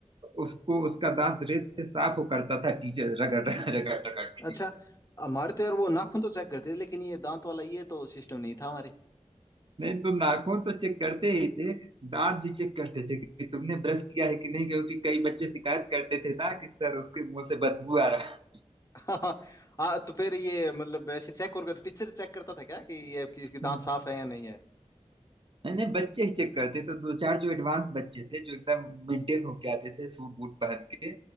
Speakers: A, on the right (about 45°); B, on the left (about 30°).
A: उसको उसका दांत रेत से साफ हो करता था टीचर रगड़ रगड़ रगड़ के
B: अच्छा हमारे तो यार वो नाखून तो चेक करते थे लेकिन ये दांत वाला ये तो सिस्टम नहीं था हमारे
A: नहीं तो नाखून तो चेक करते ही थे दांत भी चेक करते थे कि तुमने ब्रश किया है कि नहीं क्योंकि कई बच्चे शिकायत करते थे ना कि सर उसके मुंह से बदबू आ रहा है।
B: हाँ हाँ, तो फिर ये मतलब ऐसे चेक और टीचर चेक करता था क्या कि ये आपकी इसके
A: हम्म।
B: दांत साफ है या नहीं है
A: नहीं नहीं बच्चे ही चेक करते तो दो चार जो एडवांस बच्चे थे जो एकदम मेंटेन होके आते थे सूट बूट पहन के